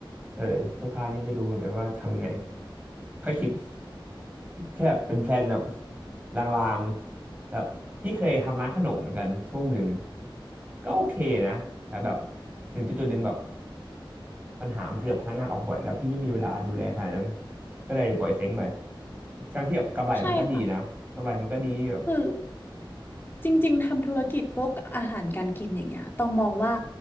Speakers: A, on the right; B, on the left.
A: เออเสื้อผ้านี่ไม่รู้เหมือนกันว่าทำยังไงค่อยคิด <laughs> แค่เป็นแพลนแบบลางๆแบบพี่เคยทำร้านขนมเหมือนกันช่วงหนึ่งก็โอเคนะแต่แบบถึงจุดๆหนึ่งแบบปัญหามันคือแบบพนักงานออกบ่อยแล้วพี่ไม่มีเวลาดูแลขนาดนั้นก็เลยปล่อยเซ้งไปทั้งที่แบบกำไรมันก็ดีนะกำไรมันก็ดีแบบ
B: ใช่ค่ะคือจริงๆทำธุรกิจพวกอาหารการกินอย่างเงี้ยต้องมองว่า